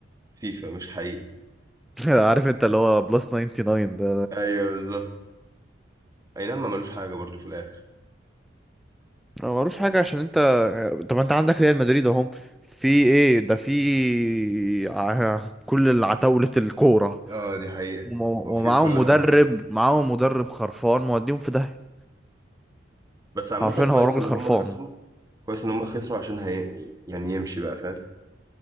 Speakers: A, on the right; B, in the centre.
A: فيفا مش حقيقي
B: <laughs> عارف انت اللي هو بلس 99 ده
A: ايوه اي نعم ما ملوش حاجة برضو في الاخر
B: ما ملوش حاجة عشان انت طب انت عندك ريال مدريد اهم في ايه ده في ع- كل العتاولة الكورة
A: اه دي حقيقة
B: وم- ومعاهم
A: هو فيها كل
B: مدرب
A: حد
B: معاهم مدرب خرفان موديهم في داهية
A: بس عامة
B: عارفين هو
A: كويس
B: راجل
A: ان
B: خرفان
A: هم خسروا كويس ان هم خسروا عشان هي... يعني يمشي بقى فاهم